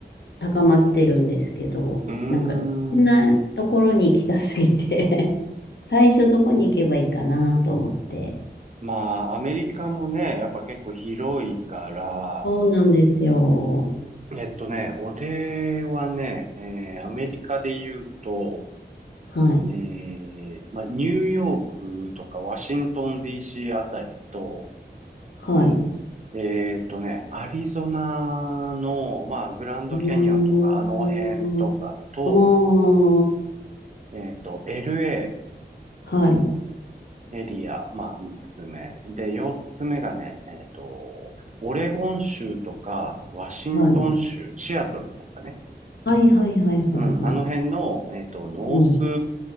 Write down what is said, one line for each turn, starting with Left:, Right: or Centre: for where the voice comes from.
Left: 高まってるんですけど、
Right: うーん。
Left: なんか、こんなところに行きたすぎて <laughs> 最初どこに行けばいいかなと思って。
Right: まあ、アメリカもね、やっぱ結構広いから、
Left: そうなんですよ。
Right: えっとね、俺はね、えーアメリカで言うと、
Left: はい。
Right: えーまあ、ニューヨークとかワシントン DC あたりと、
Left: はい。
Right: えーっとね、アリゾナの、まあ、グランドキャニオンとか、
Left: うーん。
Right: あの辺とかと、
Left: ああ。
Right: えーっと、LA、
Left: はい。
Right: エリア、まあ、三つ目。で、四つ目がね、えっと、オレゴン州とか、ワシントン州、
Left: はい。
Right: シアトルとかね。
Left: はいはいはいはいはい。
Right: うん、あの辺の、えっと、ノース
Left: うん。